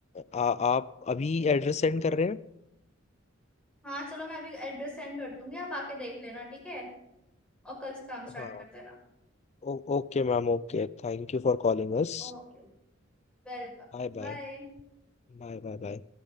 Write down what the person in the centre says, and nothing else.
हाँ चलो मैं अभी एड्रेस सेंड कर दूंगी आप आके देख लेना ठीक है और कल से काम स्टार्ट
करते रहना
Okay welcome
bye